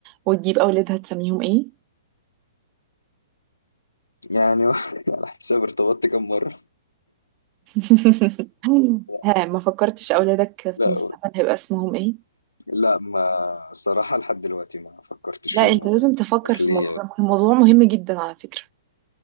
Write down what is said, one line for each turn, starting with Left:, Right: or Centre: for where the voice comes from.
Right: وتجيب أولادها تسميهم إيه؟
Left: يعني <laughs> على حساب ارتبطت كم مرة
Right: <laughs>
Left: لا
Right: ها ما فكرتش أولادك في
Left: لا،
Right: المستقبل هيبقى اسمهم إيه؟
Left: لا ما صراحة لحد دلوقتي ما فكرتش
Right: لا
Left: في الموضوع
Right: أنت لازم
Left: ده
Right: تفكر
Left: اصلي
Right: في الموضوع ده الموضوع مهم جدا على فكرة